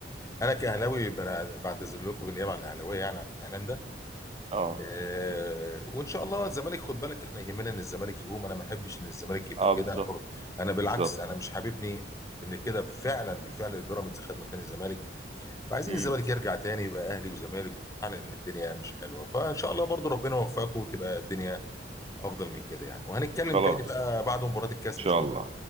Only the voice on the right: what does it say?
اه
اه
بالظبط
بالظبط
امم
خلاص
ان شاء
الله